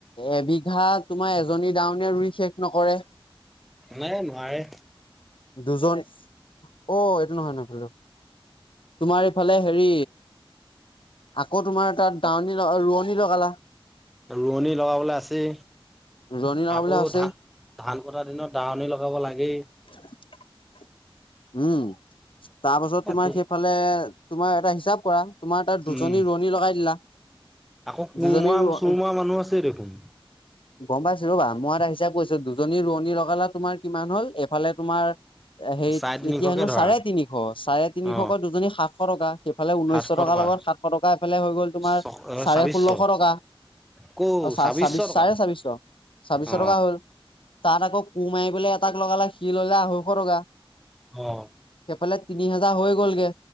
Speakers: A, on the left; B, in the centre.
A: এবিঘা তোমাৰ এজনী ডাৱনীয়ে ৰুই শেষ নকৰে
B: নাই নোৱাৰে
A: দুজন অ এইটো নহয় নহয় তোমাৰ এইফালে হেৰি আকৌ তোমাৰ তাত দাৱনী ৰোৱনী লগালা
B: ৰোৱনী লগাবলৈ আছে
A: ৰোৱনী লগাবলৈ
B: আকৌ
A: আছেই
B: ধান কটাৰ দিনত দাৱনী লগাব লাগেই
A: <unintelligible> উম তাৰ পাছত তোমাৰ
B: তো
A: সেইফালে তোমাৰ এটা হিচাপ কৰা তোমাৰ তাত দুজনী
B: উম
A: ৰোৱনী লগাই দিলা <unintelligible>
B: আকৌ কোৰমৰা
A: দুজনী
B: চুৰমৰা মানুহ আছে দেখোন
A: <unintelligible> গম পাইছোঁ ৰবা মই এটা হিচাপ কৰিছোঁ দুজনী ৰোৱনী লগালা তোমাৰ কিমান হল এইফালে তোমাৰ সেই
B: চাৰে তিনিশকে
A: এতিয়া হেনো
B: ধৰা
A: চাৰে তিনিশ চাৰে তিনিশকৈ
B: অ
A: দুজনী সাতশ টকা সেইফালে ঊনৈশ
B: সাতশ
A: টকাৰ
B: টকা
A: লগত টকা এফালে হৈ গ'ল তোমাৰ
B: ছ
A: চাৰে
B: ছাব্বিছশ
A: ষোল্লশ টকা
B: কৌ
A: অ চ
B: ছাব্বিছশ
A: ছাব্বিশ
B: টকা
A: চাৰে ছাব্বিশ ছাব্বিশ
B: অ
A: টকা হ'ল তাত আকৌ কুৰ মাৰিবলে এটাক লগালে সি ললে আঢ়ৈশ টকা।
B: অ',
A: সেইফালে তিনি হাজাৰ হৈ গলগে,